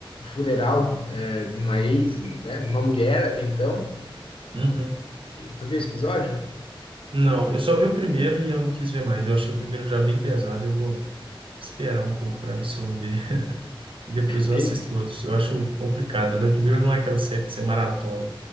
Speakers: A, on the left; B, on the right.
A: funeral é, de uma ex, né, de uma mulher até então.
B: uhum.
A: Tu viu esse episódio?
B: Não, eu só vi o primeiro e eu não quis ver mais. Eu achei o primeiro já bem pesado. Eu vou esperar um pouco para absorver e depois eu
A: En-
B: assisto outros. Eu acho complicado. Mas primeiro não é aquela série que você maratona.